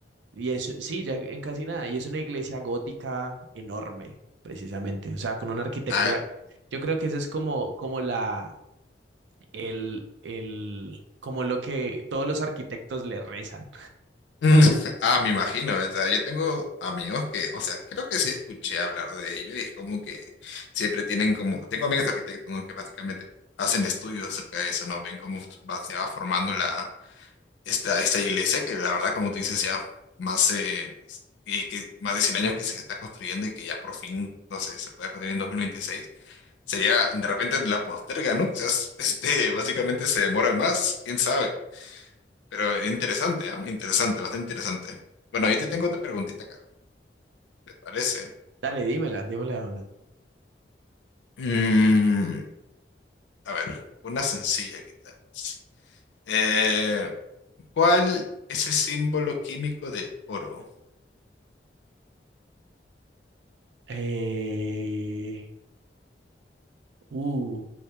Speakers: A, on the right (about 85°); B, on the left (about 85°).
A: y es, sí, ya en casi nada, y es una iglesia gótica enorme, precisamente, o sea, con una arquitectura,
B: Ah,
A: yo creo que eso es como, como la, el, el, como lo que todos los arquitectos le rezan.
B: <laughs> ah, me imagino, o sea, Yo tengo amigos que, o sea, creo que sí escuché hablar de ello y es como que siempre tienen como, tengo amigos arquitectos, ¿no? que básicamente hacen estudios acerca de eso, ¿no? Ven cómo va- se va formando la, esta, esta iglesia que la verdad, como tú dices, ya más, eh, y que más de 100 años que se está construyendo y que ya por fin, no sé, se pueda construir en dos mil veintiséis Sería, de repente la posterga, ¿no? Quizás, <laughs> este, básicamente se demoran más, quién sabe. Pero interesante, ah, interesante, bastante interesante. Bueno, yo te tengo otra preguntita acá, ¿te parece?
A: Dale, dímela, dímela, Dona.
B: Mm, a ver, una sencilla quizás. Eh, ¿cuál es el símbolo químico del oro?
A: Eh, Uh,